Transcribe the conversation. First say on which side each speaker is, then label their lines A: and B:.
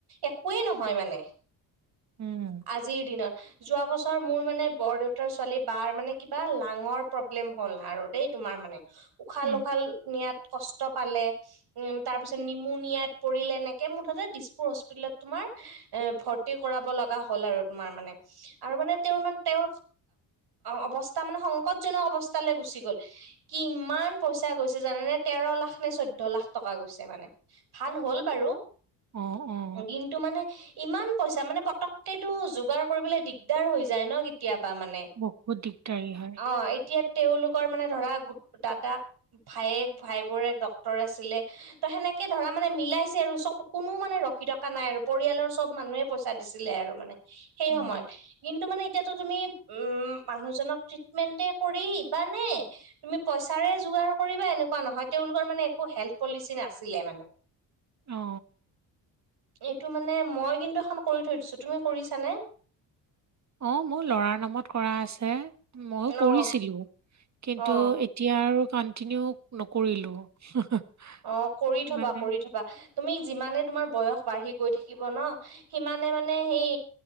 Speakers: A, on the right; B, on the right.
A: একোৱেই নহয় মানে
B: উম।
A: আজিৰ দিনত যোৱা বছৰ মোৰ মানে বৰ দেউতাৰ ছোৱালী বাই মানে কিবা লাঙৰ প্ৰব্লেম হ'ল আৰু দেই তোমাৰ মানে উশাহ
B: উম,
A: লোখাল নিয়াত কষ্ট পালে উম তাৰ পিছত নিমু নিয়াত পৰিলে এনেকে মুঠতে বিছ <inaudible> তোমাৰ এ ভৰ্তি কৰাব লগা হ'ল আৰু তোমাৰ মানে। আৰু মানে তেওঁৰ মানে তেওঁৰ অৱস্থা মানে সংকটজনক অৱস্থালৈ গুচি গ'ল। কিমান পইচা গৈছে জানে নে তেৰ লাখ নে চৈধ্য লাখ টকা গৈছে মানে। ভাল হ'ল বাৰু।
B: অহ অ।
A: এদিন টো মানে ইমান পইচা মানে পতকেতটো যোগাৰ কৰিবলৈ দিগদাৰ হৈ যায় ন কেতিয়াবা মানে।
B: বহুত দিগদাৰি হয়।
A: অ এতিয়া তেওঁলোকৰ মানে ধৰা দাদাক ভায়েক, ভাইবোৰ এক ডক্তৰ আছিলে। ত সেনেকে ধৰা মানে মিলাইছে আৰু চব কোনো মানে ৰ থকা নাই আৰু পৰিয়ালৰ চব মানুহে পইচা দিছিলে আৰু মানে সেই
B: উম,
A: সময়ত কিন্তু মানে এতিয়াতো তুমি উম মানুহজনক ট্ৰিটমেন্টে কৰি বা নে তুমি পইচাৰে যোগাৰ কৰিবা এনেকুৱা নহয়, তেওঁলোকৰ মানে একো হেল্থ পলিচি নাছিলে মানে।
B: অঁ।
A: এইটো মানে মই কিন্তু এখন কৰি থৈ দিছোঁ, তুমি কৰিছানে?
B: অ মোৰ লৰাৰ নামত কৰা আছে, মইো
A: অ',
B: কৰিছিলো কিন্তু
A: অ',
B: এতিয়া আৰু কণ্টিনিউ নকৰিলোঁ। <inaudible>
A: অ কৰি থবা,
B: মানে
A: কৰি থবা, তুমি যিমানে তোমাৰ বয়স বাঢ়ি গৈ থাকিব ন সিমানে মানে সেই